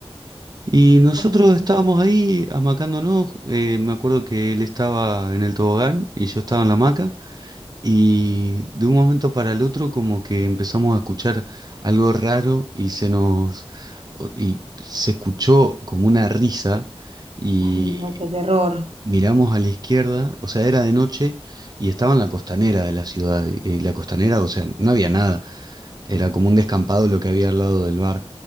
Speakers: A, on the right (about 40°); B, on the right (about 75°).
A: Y nosotros
B: ok.
A: estábamos ahí amacándonos, eh, me acuerdo que él estaba en el tobogán y yo estaba en la hamaca y de un momento para el otro como que empezamos a escuchar algo raro y se nos... o- y se escuchó como una risa Mm. y
B: Ay, no, qué terror.
A: miramos a la izquierda, o sea, era de noche y estaba en la costanera de la ciudad. Y la costanera, o sea, no había nada. Era como un descampado lo que había al lado del bar.